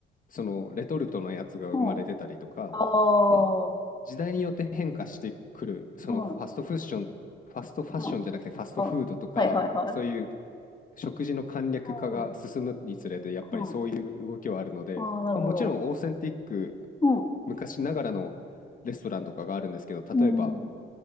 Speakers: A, on the left; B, on the left.
A: そのレトルトのやつが生まれてたりとか、
B: うん。あ、はい。
A: まあ、時代によって変化してくる、そのファストファッション、
B: うん。ああ、はい。
A: ファストファッションじゃなくてファストフードとか、
B: うん。あ、はいはいはい。
A: そういう食事の簡略化が進むにつれて、
B: うん。
A: やっぱりそういう動きはあるので、
B: うん。ああ、なるほど。
A: まあ、もちろんオーセンティック、
B: うん。
A: 昔ながらのレストランとかがあるんですけど、
B: うん。
A: 例えば、